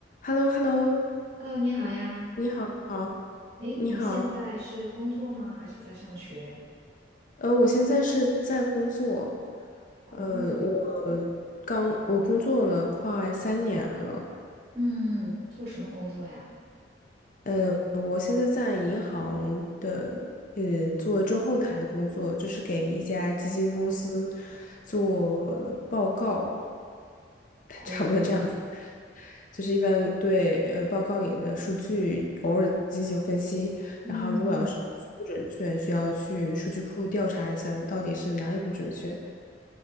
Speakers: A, on the left; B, on the right.
A: h e l l o h e l l o
B: Hello，你好呀。
A: 你好，
B: 诶，
A: 你好，
B: 你现在是工作吗？还是在上学？
A: 呃，我现在是在工作，
B: 哦，
A: 呃，我刚我工作了快三年了，
B: 嗯，做什么工作呀？
A: 呃，我现在在银行的呃做中后台的工作，就是给一家基金公司做报告，<laughs>
B: 哦，
A: 差不多这样。子。就是一般对呃报告里的数据偶尔进行分析，
B: 嗯
A: 然后如果要是不准确，需要去数据库调查一下到底是哪里不准确。